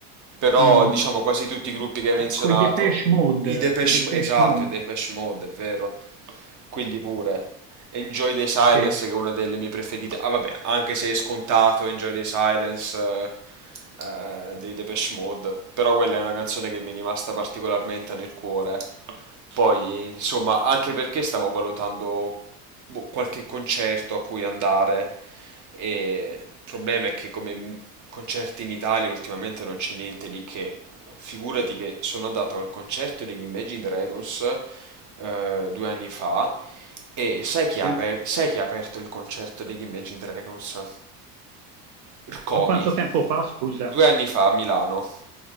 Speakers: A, on the right (about 40°); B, on the right (about 75°).
A: però
B: Mm.
A: diciamo quasi tutti i gruppi che
B: Ah,
A: hai menzionato,
B: Ecco, i Depeche Mode,
A: i Depeche,
B: i Depeche
A: M- esatto,
B: Mode,
A: i Depeche Mode, è vero, quelli pure. Enjoy the Silence,
B: sì,
A: che è una delle mie preferite. Ah, vabbè, anche se è scontato Enjoy the Silence eh, eh, dei Depeche Mode. Però quella è una canzone che mi è rimasta particolarmente nel cuore. Poi, insomma, anche perché stavo valutando boh, qualche concerto a cui andare. E il problema è che come m- concerti in Italia ultimamente non c'è niente di che. Figurati che sono andato al concerto degli Imagine Dragons eh, due anni fa e sai chi
B: sì.
A: ha, aper- sai chi ha aperto il concerto degli Imagine Dragons? Rcomi,
B: Ma quanto tempo fa, scusa?
A: due anni fa a Milano.